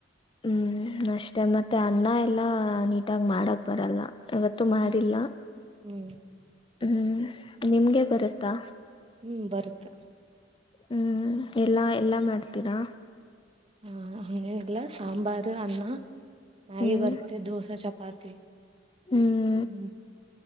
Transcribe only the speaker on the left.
ಹ್ಮ್ ಅಷ್ಟೆ ಮತ್ತೆ ಅನ್ನ ಎಲ್ಲಾ ನೀಟಾಗಿ ಮಾಡಕ್ ಬರಲ್ಲ ಅವವತ್ತು
ಮಾಡಿಲ್ಲ
ಹ್ಮ್ ನಿಮ್ಗೆ ಬರುತ್ತಾ
ಹ್ಮ್ ಎಲ್ಲಾ ಎಲ್ಲಾ ಮಾಡ್ತೀರಾ
ಹ್ಮ್
ಹ್ಮ್